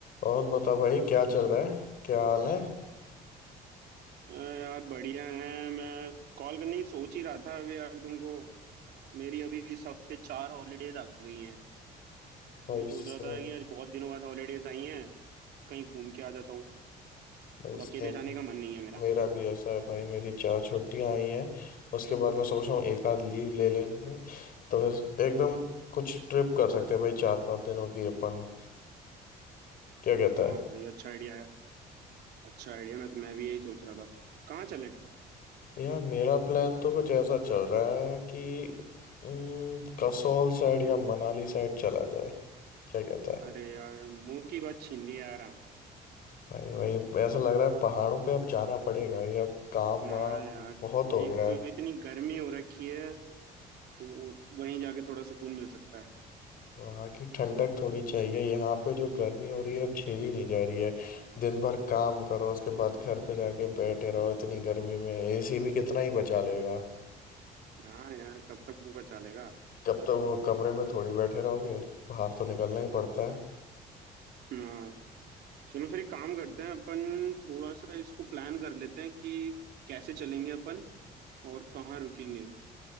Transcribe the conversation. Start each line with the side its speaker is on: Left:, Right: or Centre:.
Left: और बता भाई क्या चल रहा है क्या हाल है
Right: अ, यार बढ़िया है मैं कॉल करने की सोच ही रहा था अभी यार तुमको मेरी अभी इस हफ्ते चार हॉलीडेज आ गई हैं
Left: भाई
Right: तो मैं सोच
Left: सेम
Right: रहा था कि यार बहुत दिनों बाद हॉलीडेज आई हैं कहीं घूम के आ जाता हूँ
Left: भाई
Right: और
Left: सेम
Right: अकेले जाने का मन नहीं है मेरा
Left: मेरा भी ऐसा है भाई मेरी चार छुट्टियां आई हैं उसके बाद मैं सोच रहा हूँ एक आध लीव ले लेंगे तो फिर एकदम कुछ ट्रिप कर सकते हैं भाई चार पांच दिनों की अपन क्या कहता
Right: हाँ
Left: है
Right: ये अच्छा आइडिया है अच्छा आइडिया मैं तो मैं भी यही सोच रहा था कहाँ चलें
Left: यार मेरा प्लान तो कुछ ऐसा चल रहा है कि उम, कसौल साइड या मनाली साइड चला जाए क्या कहता है
Right: अरे यार मुंह की बात छीन ली यार आप
Left: भाई भाई ऐसा लग रहा है पहाड़ों पे अब जाना पड़ेगा ये अब काम
Right: हाँ
Left: वाम
Right: यार
Left: बहुत हो
Right: एक
Left: गया
Right: तो
Left: है
Right: इतनी गर्मी हो रखी है तो वहीं जाके थोड़ा सुकून मिल सकता है
Left: वहाँ की ठंडक थोड़ी चाहिए यहाँ पे जो गर्मी हो रही है अब झेली नहीं जा रही है दिन भर काम करो उसके बाद घर पे जाके बैठे रहो इतनी गर्मी में एसी भी कितना ही बचा लेगा
Right: हाँ यार कब तक बचा लेगा
Left: कब तक वो कमरे में थोड़ी बैठे रहोगे बाहर तो निकलना ही पड़ता है
Right: हाँ चलो फिर एक काम करते हैं अपन थोड़ा सा इसको प्लान कर लेते हैं कि कैसे चलेंगे अपन और कहाँ रुकेंगे